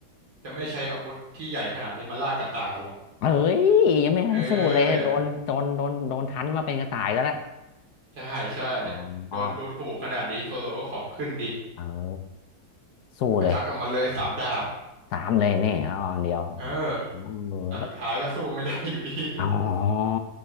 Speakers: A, on the right; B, on the left.
A: จะไม่ใช้อาวุธที่ใหญ่ขนาดนี้มาล่ากระต่ายหรอก
B: เฮ้ยยังไม่ทันสู้เลยโดนโดนโดนโดนทันว่าเป็นกระต่ายแล้วละ
A: เออใช่ใช่
B: <laughs> อ๋อ
A: โดนดูถูกขนาดนี้โซโลก็ของขึ้นดิ
B: เออสู้เลย
A: แล้วก็ชักออกมาเลยสามดาบ
B: สามเลยเนี่ยอออันเดียวอืม
A: เออ
B: เออแล้ว
A: แต่สุดท้ายก็สู้ไม่ได้อยู่ดี <laughs>
B: อ๋อ